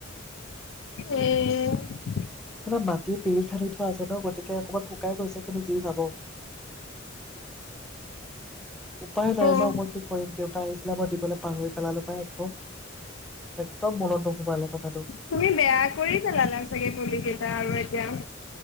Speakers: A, on the left; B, in the centre.
A: এ
B: আমাৰ মাটিৰ পিৰি খান্দি থোৱা আছে ন'? গতিকে অকমান শুকাই গৈছে কিন্তু জুই যাব। উপায় নাই
A: অ',
B: ন' মই কি কৰিম? দেউতা আহিছিলে মই দিবলৈ পাহৰি পেলালোঁ পাই একদম। একদম মনত নোসোমালে কথাটো।
A: তুমি বেয়া কৰি পেলালা চাগে পুলি কেইটা আৰু এতিয়া উম।